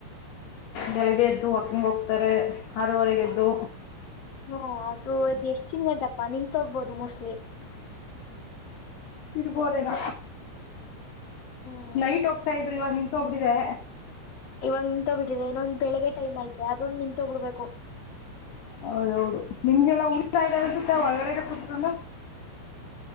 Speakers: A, on the left; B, on the left.
A: ಬೆಳಗೆ ಎದ್ದು ಹಾಕೊಂಡ್ ಹೋಗ್ತಾರೆ ಹರವರೆಗೆದ್ದು
B: ಹ್ಮ ಅವತೂ ಇದು್ ಎಷ್ಟ್ ಚಿನ್ದಪ್ಪಾ ನಿಂ ತೋಗ್ಬೋದು ಮೋಸ್ಟ್ಲಿ
A: ಇದುಬೋದೇನ
B: ಹ್ಮ್
A: ನೈಟ್ ಹೋಗ್ತಾ ಇದ್ರಿವ ನಿ ಒಬಡಿದೆ
B: ಇವಾಗ ನಿ ತಗಬಿಟ್ಟಿದೆ ಇನ್ನೊಂದ್ ಬೆಳಗ್ ಟೈಮ್ ಐತೆ ಅದೊ ನಿನ್ ತಗೊಬಿಡ್ಬೇಕು
A: ಹೌದೌದು ನಿಮ್ಗೆಲ್ಲ ಉಳಿತಸುತ್ತೆ ಒಳಗಡೆಡೆ ಕುೂತ್ಕೊಂಡ